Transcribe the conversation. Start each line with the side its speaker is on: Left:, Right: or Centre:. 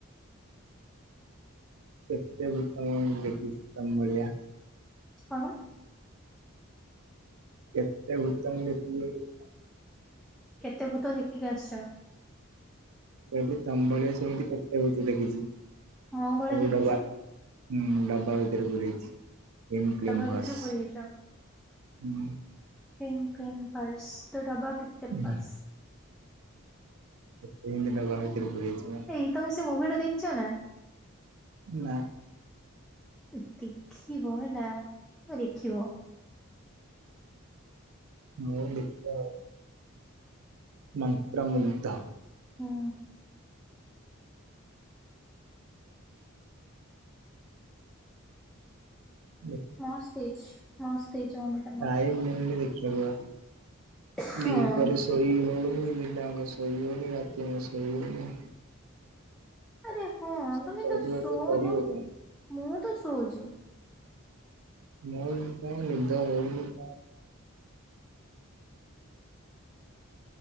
Right: କେତେ ଭୂତ ମୁଁ ଦେଖିଚି ତମ ଭଳିଆ।
Centre: କଣ?
Right: କେତେ ଭୂତ ମୁଁ ଦେଖିଲିଣି।
Centre: କେତେ ଭୂତ ଦେଖିକି ଆସଚ?
Right: ମୁଁ କହିଲି ତମ ଭଳିଆ ସେମିତି କେତେ ଭୂତ ଦେଖିଚି
Centre: ମୋ ଭଳିଆ
Right: ସବୁ
Centre: ଦେଖିଛ
Right: ଡବା। ଉଁ ଡବା ଭିତରେ ପୁରେଇଛି। ଇମ୍ କ୍ଳିମ୍
Centre: ଡବା
Right: ଭସ୍
Centre: ଭିତରେ ପୁରେଇଛ।
Right: ଉଁ
Centre: ହିଙ୍ଗ୍ କ୍ଳିଙ୍ଗ୍ ଭସ୍ ତୁ ଡବା ଭିତରେ
Right: ହୁଁ,
Centre: ପସ୍।
Right: କେତେ ଏମତି ଡବା ଭିତରେ ପୁରେଇଚି ମୁଁ।
Centre: ଏଇ ତମେ ସେ ମୁଭିଟା ଦେଖଚ ନା?
Right: ନାଁ।
Centre: ଉଁ ଦେଖିବ ହେଲା ଉଆ ଦେଖିବ।
Right: ମୋଉ ଦେଖିବା ଆଉ। ନାଇଁ ପୁରା ମୁଗ୍ଧ।
Centre: ହୁଁ।
Right: ଲେ
Centre: ମସ୍ତ ହେଇଛି ମସ୍ତ ହେଇଚି ମୁଭି।
Right: ଟାଇମ୍ ମିଳୁନି ଦେଖିବାକୁ ପା।
Centre: ହଁ
Right: ଦିପହରେ ଶ ଶୋଇ ହଉନି ଦିନ ଆଙ୍କ ଶୋଇ ହଉନି ରାତି ଆଙ୍କ ଶୋଇ ହଉନି।
Centre: ଆରେ ହଁ
Right: ସେ
Centre: ତମେ
Right: କରିବ
Centre: ତ ଶୋଉନୁ।
Right: କରିବ କଣ
Centre: ମୁଁ ତ ଶୋଉଚି।
Right: ମୋ କଁ ନିଦ ହଉନି ପା।